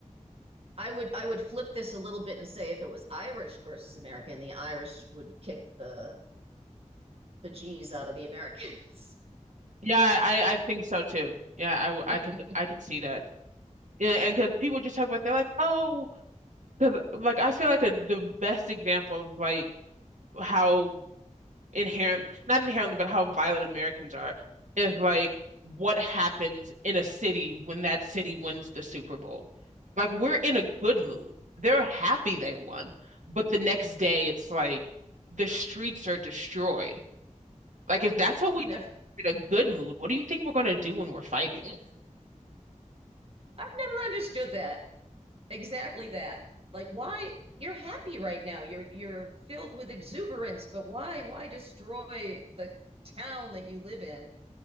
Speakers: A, on the right (about 50°); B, on the right (about 70°).
A: I would I would flip this a little bit and say if it was Irish versus American, the Irish would kick the bejeez out of the Americans.
B: Yeah, I I I think so too. Yeah, I w- I
A: <laughs>
B: could I could see that. Yeah, and because people just talk about they're like, oh, 'cause, like I feel like a, the best example of like how inherent, not inherently, but how violent Americans are is like what happens in a city when that city wins the Super Bowl. Like we're in a good mood. They're happy they won. But the next day it's like the streets are destroyed. Like if that's what
A: Oh
B: we
A: no!
B: do in a good mood, what do you think we're gonna do when we're fighting?
A: I've never understood that. exactly that. Like why you're happy right now. You're you're filled with exuberance, but why why destroy the town that you live in,